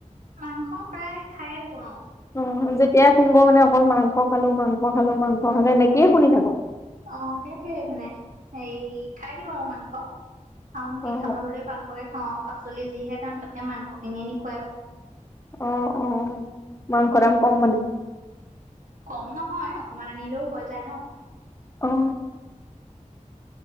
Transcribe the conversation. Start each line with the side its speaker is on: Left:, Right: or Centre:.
Right: মাংস প্ৰায়ে খায়ে থাকো আৰু।
Left: অ', যেতিয়াই ফোন কৰো মানে অকল মাংস খালো, মাংস খালো, মাংস খালো এনেকেই শুনি থাকো।
Right: অ', সেইটোৱে মানে, হেৰি খাই দিওঁ আৰু মাংস, আৰুনো কি
Left: অ',
Right: খাবা বুলি মাংস ভয় খাওঁ, পাচলিৰ যিহে দাম তাতকে মাংস কিনি আনি খুৱাই ভাল।
Left: অ', অ', মাংস দাম কম মানে।
Right: কম নহয়, অকমান আনিলেও হৈ যায় ন।
Left: অ'।